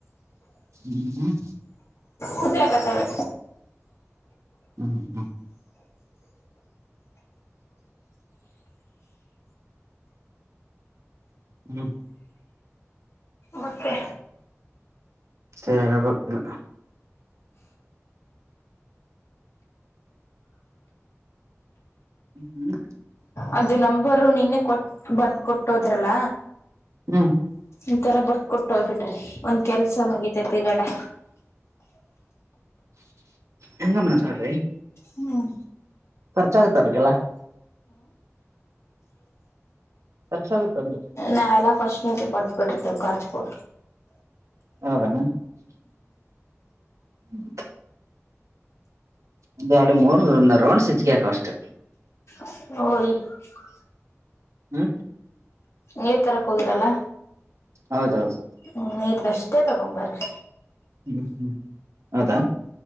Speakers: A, on the right; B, on the left.
A: ಹ್ಮ್ ಹ್ಮ್
B: ಹದ್ರಕತಾವೆ
A: ಹ್ಮ್ ಹ್ಮೊ ಹ್ಮ್
B: ಮತ್ತೆ
A: ಸ ಹೇಳಬೇಕೆಲ್ಲ. ಹ್ಮ್
B: ಅದು ನಂಬರು ನಿನ್ನೆ ಕೊಟ್ಟ್ ಬರ್ದ್ ಕೊಟ್ಟೋದ್ರಲ್ಲ.
A: ಹ್ಮ್
B: ಇತರ ಬರ್ದ್ ಕೊಟ್ಟು ಹೋಗ್ಬಿಟ್ರಿ ಒಂದ್ ಕೆಲಸ ಮುಗಿತೈತ್ತಲ್ಲ.
A: ಹೆಂಗಮ್ಮತಾಡ್ರಿ
B: ಹ್ಮ್
A: ಖರ್ಚ ಆಗುತ್ತೆ ಅದಕ್ಕೆಲ್ಲ. ಖರ್ಚಾಗುತ್ತೆ ಅಂದೇ
B: ನಾವೆಲ್ಲಾ ಫಸ್ಟ್ನಿಗೆ ಕೊಟ್ಟು ಬಿಟ್ರೀ ಖರ್ಚ್ಕಿ
A: ಹೌದೇನೋ ಹ್ಮ್ ಒಂದ್ ಎರಡು ಮೂರು ರೌಂಡ್ ಸಿಜ್ಗೆ ಗೇಟೊ ಅಷ್ಟೇ.
B: ಹ
A: ಹ್ಮ
B: ನೀರ್ ತರಕ್ ಹೋಗಿರಲ್ಲ
A: ಹೌದೌದು
B: ಹ್ ನೀರ್ ಅಷ್ಟೇ ತಗೊಂಬರೀ
A: ಹ್ಮ್ ಹ್ಮ್ ಹೌದಾ